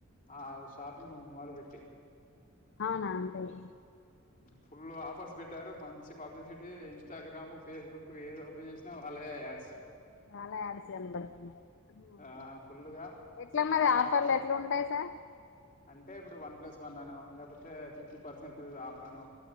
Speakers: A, on the left; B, on the left.
A: ఆ షాపింగ్ మాల్ పెట్టి
B: అవునా అంటాయి
A: ఫుల్ ఆఫర్స్ పెట్టారు మంచి పబ్లిసిటీ ఇన్స్టాగ్రామ్ ఫేస్బుక్ ఏది ఓపెన్ చేసినా వాళ్ళే ఏ యాడ్స్
B: చాలా యాడ్స్ ఏం పెడుతనావు ఇక్కడ
A: ఆ ఫుల్గా
B: ఎట్లా మరి
A: ఆ
B: ఆఫర్లు ఎట్లు ఉంటాయి సార్
A: అంటే ఇప్పుడు వన్ ప్లస్ వన్ అను లేకపోతే ఫిఫ్టీ పర్సెంటేజ్ ఆఫ్ అను